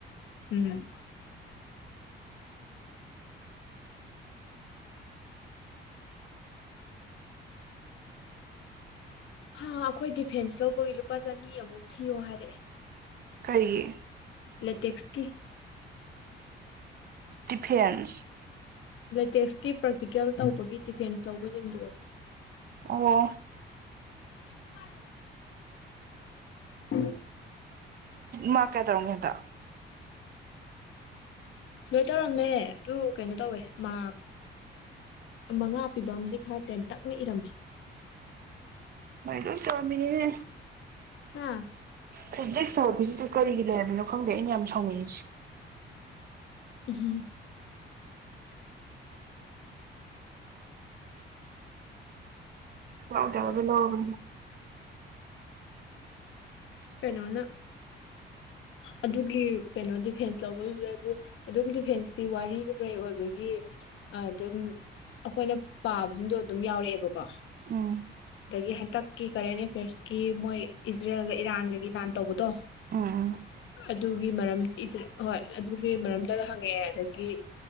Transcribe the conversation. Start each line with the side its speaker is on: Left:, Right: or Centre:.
Left: ꯎꯝ ꯍꯥ ꯑꯩꯈꯣꯏ ꯗꯤꯐꯦꯟꯁ ꯂꯧꯕꯒꯤ ꯂꯨꯄꯥ ꯆꯅꯤ ꯑꯃꯨꯛ ꯊꯤꯌꯣ ꯍꯥꯏꯔꯛꯑꯦ
Right: ꯀꯔꯤꯌꯦ
Left: ꯇꯦꯛꯦꯛꯁꯇꯦ
Right: ꯗꯤꯐꯦꯟꯁ
Left: ꯂꯦꯇꯦꯛꯁꯀꯤꯤ ꯄ꯭ꯔꯥꯛꯛꯇꯤꯀꯦꯜ ꯇꯧꯕꯒꯤ ꯗꯤꯐꯦꯟꯁ ꯂꯧꯕ ꯍꯤꯡꯗꯣꯛꯏ
Right: ꯑꯣ
Left: <unintelligible>
Right: ꯃꯥ ꯀꯦ ꯇꯧꯔꯣꯡ ꯍꯗ
Left: ꯂꯣꯏ ꯇꯧꯔꯝꯃꯦ ꯑꯗꯨ ꯀꯩꯅꯣ ꯇꯧꯋꯦ ꯃꯥ ꯃꯉꯥ ꯄꯤꯕ ꯑꯃꯗꯤꯝ ꯈꯔ ꯇꯦꯟꯇꯛꯅ ꯏꯔꯝꯃꯦ
Right: ꯑꯩ ꯂꯣꯏ ꯇꯧꯔꯃꯃꯤ ꯅꯤꯅꯦ
Left: ꯍꯥꯥ
Right: ꯐꯤꯖꯤꯛ ꯁꯕꯤ ꯀꯘꯔꯤꯒꯤ ꯂꯦꯕꯣ ꯈꯪꯗꯦ ꯑꯩꯅ ꯌꯥꯝ ꯁꯥꯎꯅꯤꯡꯉꯤꯁꯦ
Left: ꯎꯝ
Right: ꯂꯧꯗ ꯌꯗꯕ ꯂꯧꯔꯅꯤ
Left: ꯀꯩꯅꯣꯅ ꯑꯗꯨꯒꯤ ꯀꯩꯅꯣ ꯗꯤꯐꯦꯟꯁ ꯂꯧꯕꯗꯨꯗ ꯑꯗꯨ ꯑꯗꯨꯝ ꯗꯤꯐꯦꯟꯁꯇꯤ ꯋꯥꯔꯤꯁꯨ ꯀꯩ ꯑꯣꯏꯕꯒꯤ ꯑꯗꯨꯝ ꯑꯩꯈꯣꯏꯅ ꯄꯥꯕꯁꯤꯡꯗꯣ ꯑꯗꯨꯝ ꯌꯥꯎꯔꯛꯑꯦꯕꯀꯣ
Right: ꯑꯣ
Left: ꯑꯗꯒꯤ ꯍꯟꯇꯛꯀꯤ ꯀꯔꯦꯟ ꯑꯦꯐꯤꯌꯔꯁꯀꯤ ꯃꯣꯏ ꯏꯖꯔꯦꯜꯒ ꯏꯔꯥꯟꯒꯒꯤ ꯅꯥꯟ ꯇꯧꯕꯗꯣ
Right: ꯎꯝ
Left: ꯑꯗꯨꯒꯤ ꯃꯔꯝ ꯍꯣꯏ ꯑꯗꯨꯒꯤ ꯃꯔꯝꯗꯒ ꯍꯪꯉꯛꯑꯦ ꯑꯗꯒꯤ